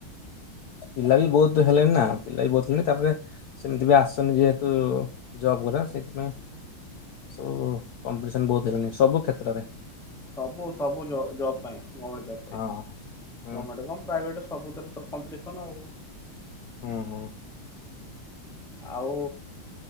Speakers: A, on the left; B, in the centre.
A: ପିଲା ବି ବହୁତ ହେଲେଣି ନା ପିଲା ବି ବହୁତ ହେଲେଣି ତାପରେ ସେମିତି ବି ଆସୁନି ଯେହେତୁ ଜବ୍ ଗୁରା ସେଇଥିପାଇଁ ସବୁ କମ୍ପିଟିସନ ବହୁତ ହେଲେଣି ସବୁ କ୍ଷେତ୍ରରେ।
B: ସବୁ ସବୁ ଲ ଜବ ପାଇଁ ଗୋଭମେଣ୍ଟ
A: ହଁ ହୁଁ
B: କଣ ପ୍ରାଇଭେଟ୍ ସବୁଥିରେ ତ କମ୍ପିଟିସନ୍ ଆଉ।
A: ହୁଁ, ହୁଁ।
B: ଆଉ